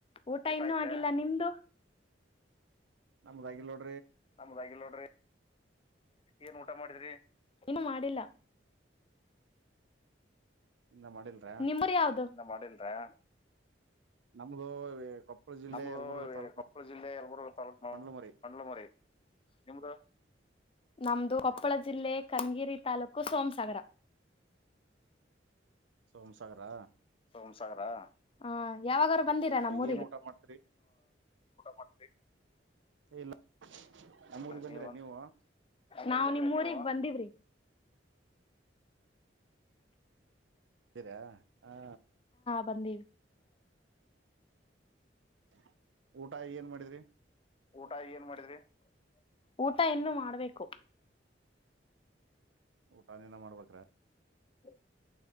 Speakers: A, on the left (about 30°); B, on the right (about 80°).
A: ಊಟ ಇನ್ನೂ ಆಗಿಲ್ಲ ನಿಂದು
B: ನಮ್ಮ್ ರಾಗಿಲೋಡ
A: ನಮದಾಗಿಲ್ ನೋಡ್ರಿ ಏನ್ ಊಟ ಮಾಡಿದ್ರಿ ಏನು ಮಾಡಿಲ್ಲ
B: ಇನ್ನ ಮಾಡಿಲ್ರ
A: ನಿಮ್ಮೂರು ಯಾವುದು ನ ಮಾಡಿಲ್ವೇ
B: ನಮ್ದು ಕೊಪ್ಪಳ ಜಿಲ್ಲೆ
A: ನಮ್ದು
B: ಯಲಬುರ್ಗ ತಾಲೂಕ್
A: ಕೊಪ್ಪಳ ಜಿಲ್ಲೆ ಯಲ್ಬುರ್ಗ ತಾಲೂಕು
B: ಮಂಡ್ಲಮರಿ
A: ಮಂಡ್ಲಮರಿ ನಿಮ್ದ ನಮ್ದ ಕೊಪ್ಪಳ ಜಿಲ್ಲೆ ಕನಗಿರಿ ತಾಲೂಕು ಸೋಮಸಾಗರ
B: ಸೋಮಸಾಗರ
A: ಬೊಮ್ಸಾಗರ ಆಆ ಯಾವಾಗೂ ಬಂದೀರಾ ನಮ್ಮ ಊ
B: ಏನ್ ಊಟ ಮಾಡ್ತರಿ
A: ಬಂದ
B: ಇಲ್ಲ ನಮ್ಮೂರಿಗ್ ಬಂದ್ರ
A: ನೀ
B: ನೀವು
A: ನಾವು ನಿ ಬಂದೀವ್ರಿ
B: ಸರಿಾ ಹ
A: ಬಿ
B: ಹ ಊಟ ಏನ್ ಮಾಡಿದ್ರಿ
A: ಊಟ ಏನ್ ಮಾಡಿದ್ರಿ ಊಟ ಇನ್ನು ಮಾಡ್ಬೇಕು
B: ಊಟ ನೀಿನ ಮಾಡ್ಬೇಕ್ರ
A: ಹ್ಮ